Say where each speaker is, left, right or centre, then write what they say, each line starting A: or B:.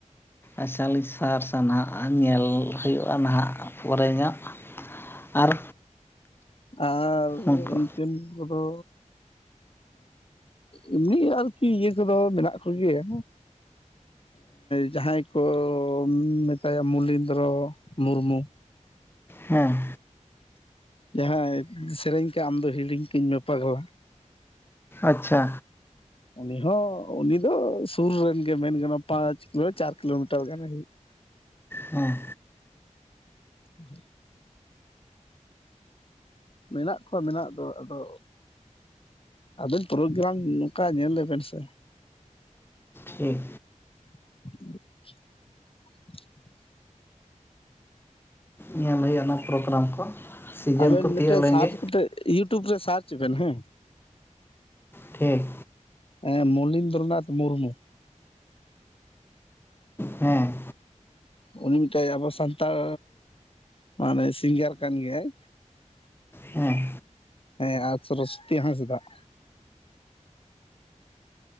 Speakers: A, on the left; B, on the left.
A: ᱟᱪᱷᱟ ᱞᱤᱧ ᱥᱟᱨᱥᱟ ᱱᱟᱦᱟᱸᱜ ᱟᱨ ᱧᱮᱞ ᱦᱩᱭᱩᱜᱼᱟ ᱱᱟᱦᱟᱸᱜ ᱯᱚᱨᱮ ᱧᱚᱜ᱾ ᱟᱨ
B: ᱟᱨ
A: ᱩᱱᱠᱩ
B: ᱤᱧᱴᱮᱱ ᱠᱚᱫᱚ ᱮᱢᱱᱤ ᱟᱨᱠᱤ ᱤᱭᱟᱹ ᱠᱚᱫᱚ ᱢᱮᱱᱟᱜ ᱠᱚᱜᱮᱭᱟ᱾ ᱡᱟᱦᱟᱸᱭ ᱠᱚ ᱢᱮᱛᱟᱭᱟ ᱢᱩᱞᱤᱱᱫᱽᱨᱚ ᱢᱩᱨᱢᱩ᱾
A: ᱦᱮᱸ᱾
B: ᱡᱟᱦᱟᱸᱭ ᱥᱮᱨᱮᱧ ᱠᱟᱜ ᱟᱢᱫᱚ ᱦᱤᱲᱤᱧ ᱠᱟᱹᱧ ᱢᱮ ᱯᱟᱜᱽᱞᱟ᱾
A: ᱟᱪᱪᱷᱟ᱾
B: ᱩᱱᱤ ᱦᱚᱸ ᱩᱱᱤ ᱫᱚ ᱥᱩᱨ ᱨᱮᱱ ᱜᱮ ᱢᱮᱱ ᱜᱟᱱᱚᱜᱼᱟ᱾ ᱯᱟᱸᱪ ᱠᱤᱞᱳ ᱪᱟᱨ ᱠᱤᱞᱳᱢᱤᱴᱟᱨ ᱜᱟᱱᱮ ᱦᱩᱭᱩᱜ ᱠᱟᱱᱟ᱾
A: ᱦᱮᱸ᱾
B: <inaudible> ᱢᱮᱱᱟᱜ ᱠᱚᱣᱟ ᱢᱮᱱᱟᱜ ᱫᱚ ᱟᱫᱚ ᱟᱵᱮᱱ ᱯᱨᱳᱜᱨᱟᱢ ᱱᱚᱠᱟ ᱧᱮᱞ ᱞᱮᱵᱮᱱ ᱥᱮ᱾
A: ᱴᱷᱤᱠ᱾
B: <inaudible>
A: ᱧᱮᱞ ᱦᱩᱭᱩᱜᱼᱟ ᱚᱱᱟ ᱯᱨᱳᱜᱨᱟᱢ ᱠᱚ᱾ ᱥᱤᱡᱮᱱ
B: ᱟᱵᱮᱱ
A: ᱠᱚ ᱛᱤᱭᱳᱜ
B: ᱢᱤᱫᱴᱮᱡ
A: ᱞᱮᱱᱜᱮ
B: ᱥᱟᱨᱪ ᱠᱟᱛᱮ ᱤᱭᱩᱴᱩᱵᱽ ᱨᱮ ᱥᱟᱨᱪ ᱵᱮᱱ ᱦᱮᱸ
A: ᱴᱷᱤᱠ
B: ᱮ ᱢᱚᱞᱤᱱᱫᱨᱚᱱᱟᱛᱷ ᱢᱩᱨᱢᱩ
A: ᱦᱮᱸ
B: ᱩᱱᱤ ᱢᱤᱫᱴᱮᱡ ᱟᱵᱚ ᱥᱟᱱᱛᱟᱲ ᱢᱟᱱᱮ ᱥᱤᱝᱜᱟᱨ ᱠᱟᱱ ᱜᱮᱭᱟᱭ
A: ᱦᱮᱸ
B: ᱦᱮᱸ ᱟᱨ ᱥᱚᱨᱚᱥᱚᱛᱤ ᱦᱟᱸᱥᱫᱟᱜ